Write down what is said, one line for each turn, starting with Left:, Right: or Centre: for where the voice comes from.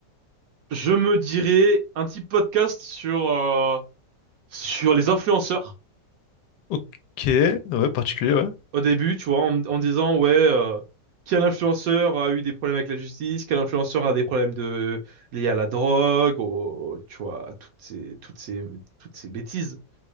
Right: je me dirais un petit podcast sur, euh, sur les influenceurs
Left: Ok. Ouais, particulier, ouais.
Right: au début, tu vois, en, me- en me disant, ouais, euh, quel influenceur a eu des problèmes avec la justice, quel influenceur a des problèmes de, liés à la drogue, au, tu vois, toutes ces, toutes ces, toutes ces bêtises.